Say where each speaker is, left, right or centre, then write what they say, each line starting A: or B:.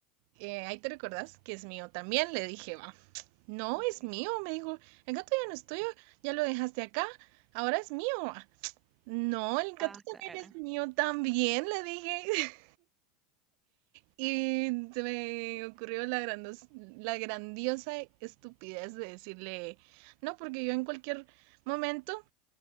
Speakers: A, on the right; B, on the right.
A: eh, ahí te recordás que es mío también, le dije, va. No,
B: Ok.
A: es mío, me dijo, el gato ya no es tuyo, ya lo dejaste acá, ahora es mío. va". No, el gato
B: Ah,
A: también
B: la gran.
A: es mío, también, le dije. <laughs> Y se me ocurrió la, grandos- la grandiosa estupidez de decirle, no, porque yo en cualquier momento